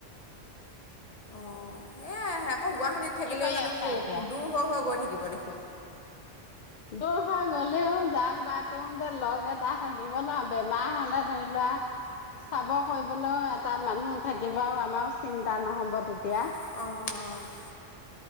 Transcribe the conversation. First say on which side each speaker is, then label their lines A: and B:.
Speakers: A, on the left; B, on the left.
A: অ', এয়া আকৌ গুৱাহটীত থাকিলেও
B: কি কৰি
A: জানো
B: আছা
A: সুখ
B: এতিয়া
A: দূৰ হৈ হৈ গৈ থাকি। থাগিব দেখোন?
B: দূৰ হৈ গ'লেও যাক বা তেও যে লগ এটা থাকিব ন' বেমাৰ হ'লে ধৰি লোৱা, চাব কৰিবলৈও এটা মানুহ থাকিব আৰু আমাৰ চিন্তা নহ'ব তেতিয়া।
A: অ', অ'।